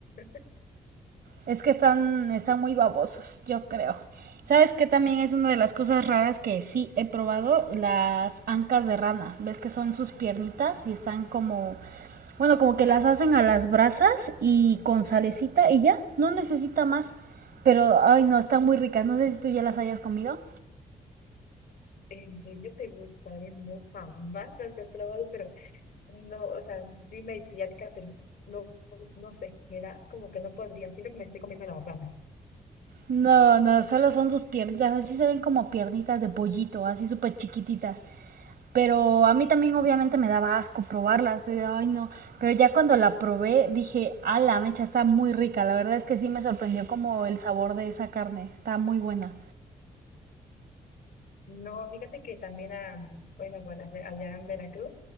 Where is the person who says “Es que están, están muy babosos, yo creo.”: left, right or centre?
Right